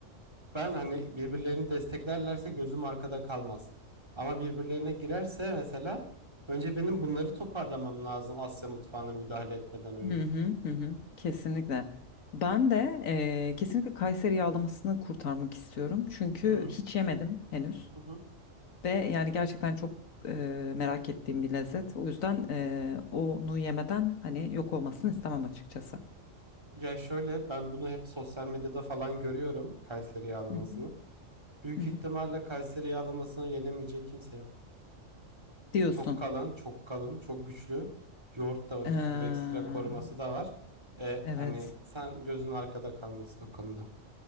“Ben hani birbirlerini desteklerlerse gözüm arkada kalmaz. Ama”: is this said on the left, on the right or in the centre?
Right